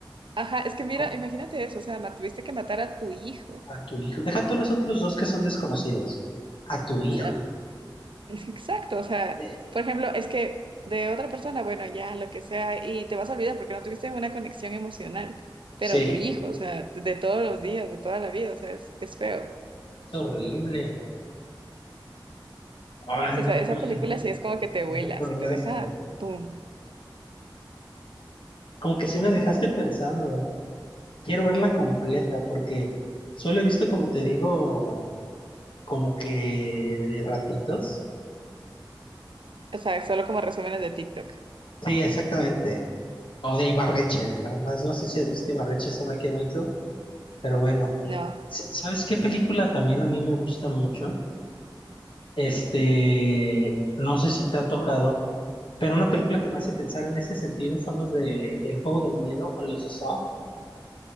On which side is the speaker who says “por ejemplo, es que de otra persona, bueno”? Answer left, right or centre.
Right